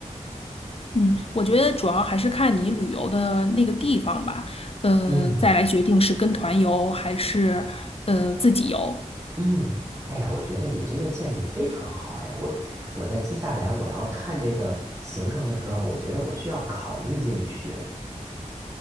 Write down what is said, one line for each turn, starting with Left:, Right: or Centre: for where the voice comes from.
Left: 嗯，我觉得主要还是看你旅游的那个地方吧，呃，
Right: 嗯。
Left: 再来决定是跟团游还是呃自己游。
Right: 嗯，哎呀，我觉得你这个建议非常好。哎，我我在接下来我要看这个行程的时候，我觉得我需要考虑进去。